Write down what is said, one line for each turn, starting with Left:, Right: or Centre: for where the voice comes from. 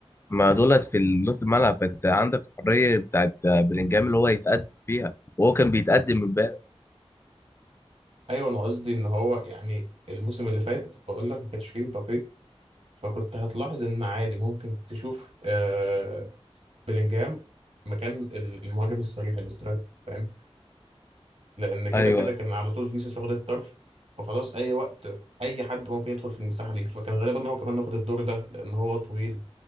Left: ما دولت في نص الملعب فانت عندك حريه بتاعت آه، بلينجهام اللي هو يتقدم فيها وهو كان بيتقدم من بقى
Right: ايوه انا قصدي ان هو يعني الموسم اللي فات بقول لك ما كانش فيه مبابي فكنت هتلاحظ ان عادي ممكن تشوف آه بلينجهام مكان ال- المهاجم الصريح الاسترايك فاهم؟ لان كده
Left: ايوه
Right: كده كان على طول فينيسيوس واخد الطرف فخلاص اي وقت اي حد ممكن يدخل في المساحه دي فكان غالبا ان هو كمان واخد الدور ده لان هو طويل